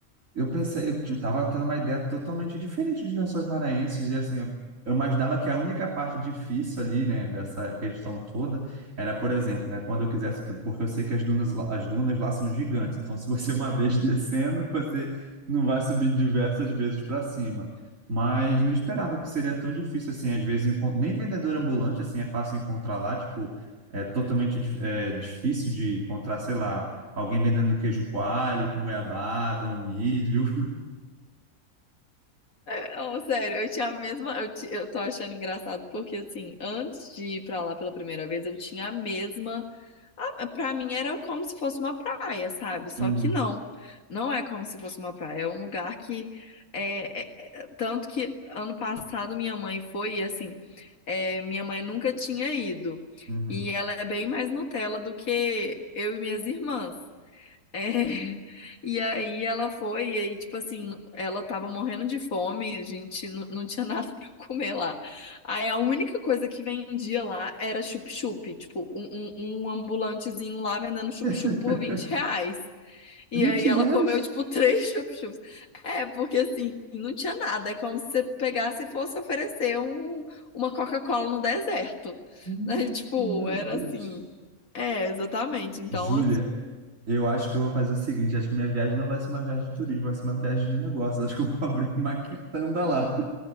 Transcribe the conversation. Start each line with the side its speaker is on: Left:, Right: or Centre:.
Right: eu pensei, eu t- tava tendo uma ideia totalmente diferente de Lençóis Maranhenses, e assim, eu eu imaginava que a única parte difícil ali, né, dessa questão toda, era, por exemplo, né, quando eu quisesse, porque eu sei que as dunas, lá- as dunas lá são gigantes, então se você uma vez descendo, você não vai subir diversas vezes para cima. Mas não esperava que seria tão difícil assim, às vezes, encon- nem vendedor ambulante, assim, é fácil encontrar lá, tipo, é totalmente dif- é, difícil de encontrar, sei lá, Alguém vendendo queijo coalho com goiabada, um milho.
Left: É, ô, sério, eu tinha a mesma. Eu, ti- eu tô achando engraçado porque, assim, antes de ir pra lá pela primeira vez, eu tinha a mesma. Ah, pra mim era como se fosse uma praia, sabe? Só
Right: Uhum,
Left: que não. Não é como se fosse uma praia. É um lugar que. é, é, é- tanto que ano passado minha mãe foi, e assim. é, minha mãe nunca tinha ido.
Right: uhum.
Left: E ela é bem mais Nutella do que eu e minhas irmãs. É, e aí ela foi, e aí, tipo assim, ela tava morrendo de fome, a gente não, não tinha nada <laughs> pra comer lá. Aí a única coisa que vendia lá era chup-chup, tipo, um, um, um ambulantezinho lá vendendo chup-chup
Right: <laughs>
Left: por 20 reais. E
Right: 20
Left: aí ela
Right: reais?
Left: comeu, tipo, <laughs> três chup-chups. É, porque assim, não tinha nada, é como se você pegasse e fosse oferecer um, uma Coca-Cola no deserto.
Right: 20,
Left: né? <laughs> tipo,
Right: meu
Left: era
Right: Deus.
Left: assim. É, exatamente. Então,
Right: Júlia, eu acho que eu vou fazer o seguinte: acho que minha viagem não vai ser uma viagem de turismo, vai ser uma viagem de negócios. Acho que eu vou abrir uma quitanda lá.